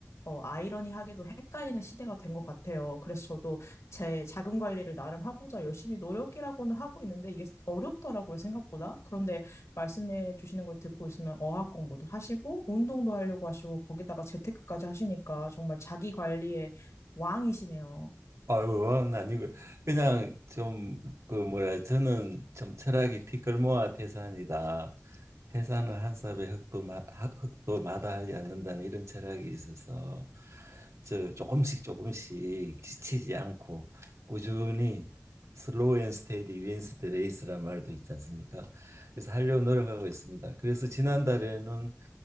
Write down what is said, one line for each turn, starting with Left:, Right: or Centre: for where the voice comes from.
Left: 어, 아이러니하게도 헷갈리는 시대가 된 것 같아요. 그래서 저도 제 자금 관리를 나름 하고자 열심히 노력이라고는 하고 있는데 이게 어렵더라고요, 생각보다. 그런데 말씀해 주시는 걸 듣고 있으면 어학 공부도 하시고 운동도 하려고 하시고 거기다가 재테크까지 하시니까 정말 자기 관리의 왕이시네요.
Right: 아유, 아니고요. 그냥 좀 그 뭐야 저는 좀 철학이 티끌모아 태산이다. 태산은 한 삽의 흙도 마, 하- 흙도 마다하지 않는다는 이런 철학이 있어서 저 조금씩 조금씩 지치지 않고 꾸준히 슬로우 앤 스테디 윈스 더 레이스란 말도 있지 않습니까? 그래서 하려고 노력하고 있습니다. 그래서 지난달에는